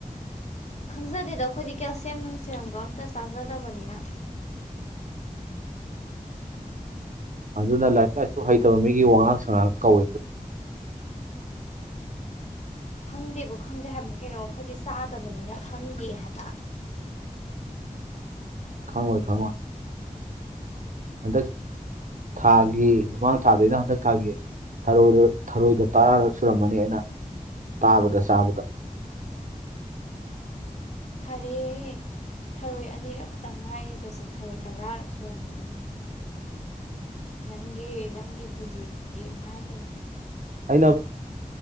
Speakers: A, on the left; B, on the right.
A: ꯈꯪꯖꯗꯦꯗ ꯑꯩꯈꯣꯏꯗꯤꯀꯌꯥ ꯁꯦꯝ ꯅꯨꯡ ꯁꯦꯝꯒ ꯑꯝꯇ ꯆꯥꯖꯗꯕꯅꯤꯅ
B: ꯑꯗꯨꯅ ꯂꯥꯏꯔꯤꯛ ꯂꯥꯏꯁꯨ ꯍꯩꯇꯕ ꯃꯤꯒꯤ ꯋꯥꯉꯥꯡ ꯁꯉꯥꯡ ꯀꯧꯋꯦ
A: ꯈꯪꯗꯦꯕꯨ ꯈꯪꯗꯦ ꯍꯥꯏꯕꯅꯤ ꯀꯩꯅꯣ ꯑꯩꯈꯣꯏꯗꯤ ꯆꯥꯗꯕꯅꯤꯅ ꯈꯪꯗꯦ ꯍꯥꯏꯕ
B: ꯈꯪꯉꯣꯏ ꯈꯥꯉꯣ ꯍꯟꯗꯛ ꯊꯥꯒꯤ ꯃꯃꯥꯡ ꯊꯥꯗꯩꯅ ꯍꯟꯗꯛ ꯊꯥꯒꯤ ꯊꯔꯣꯏꯗ ꯊꯔꯣꯏꯗꯣ ꯇꯔꯥꯔꯛ ꯁꯨꯔꯝꯃꯅꯤ ꯑꯩꯅ ꯇꯥꯕꯗ ꯆꯥꯕꯗ
A: ꯍꯔꯦ ꯊꯔꯣꯏ ꯑꯅꯤꯔꯛ ꯈꯛꯇꯪ ꯉꯥꯏꯔꯤꯕꯁꯦ ꯊꯔꯣꯏ ꯇꯔꯥꯔꯛ ꯁꯨꯔꯝꯃꯅꯤ ꯅꯪꯒꯤ ꯅꯪꯒꯤ ꯕꯨꯖꯤꯗꯨꯨꯗꯤ ꯏꯃ ꯍꯥꯏꯕꯃ
B: ꯑꯩꯅ